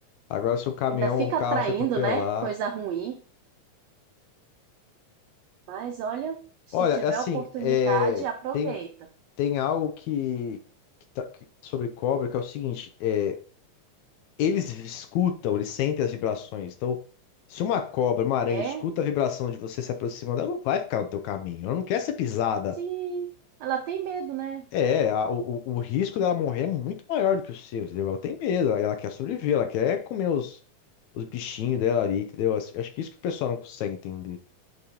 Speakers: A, on the left; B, on the right.
A: Agora, se um caminhão
B: Ainda fica
A: ou um carro
B: atraindo,
A: te atropelar.
B: né? Coisa ruim. Mas olha, se
A: Olha,
B: tiver
A: assim,
B: oportunidade,
A: é,
B: aproveita.
A: tem, tem algo que, que tá- que- sobre cobra que é o seguinte: é, Eles escutam, eles sentem as vibrações. Então, se uma cobra, uma aranha
B: É,
A: escuta a vibração de você se aproximando, ela não vai ficar no teu caminho. Ela não quer ser pisada.
B: se ela tem medo, né?
A: É, a- o, o o risco dela morrer é muito maior do que o seu, entendeu? Ela tem medo, ela ela quer sobreviver, ela quer comer os, os bichinhos dela ali, entendeu? Acho acho que isso que o pessoal não consegue entender.